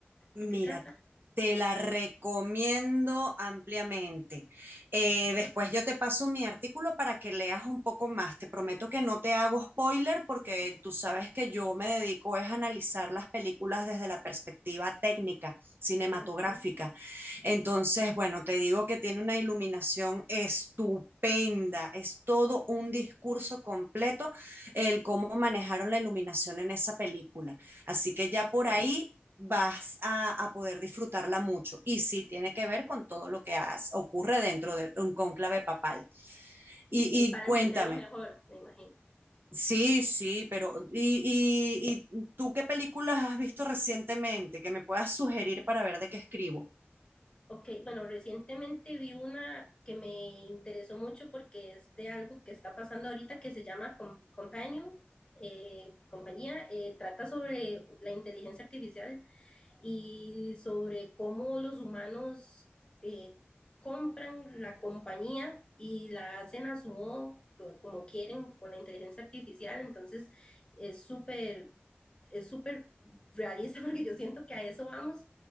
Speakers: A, on the right (about 60°); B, on the left (about 20°).
A: Mira,
B: de qué trata.
A: te la recomiendo ampliamente. Eh,
B: Ok,
A: después yo te paso mi artículo para que leas un poco más. Te prometo que no te hago spoiler porque tú sabes que yo me dedico es a analizar las películas desde la perspectiva técnica, cinematográfica.
B: ok,
A: Entonces, bueno, te digo que tiene una iluminación estupenda. Es todo un discurso completo el cómo manejaron la iluminación en esa película. Así que ya
B: ok,
A: por ahí vas a, a, poder disfrutarla mucho. Y sí, tiene que ver con todo lo que has, ocurre dentro de un cónclave papal. Y,
B: ok,
A: y
B: para
A: cuéntame,
B: entenderlo mejor, me imagino.
A: sí, sí, pero y, y, ¿y tú qué películas has visto recientemente que me puedas sugerir para ver de qué escribo?
B: Ok, bueno, recientemente vi una que me interesó mucho porque es de algo que está pasando ahorita que se llama Com- Companion, eh, compañía, eh, trata sobre la inteligencia artificial y sobre cómo los humanos eh, compran la compañía y la hacen a su modo, co- como quieren, con la inteligencia artificial. Entonces, es súper, es súper realista <laughs> porque yo siento que a eso vamos.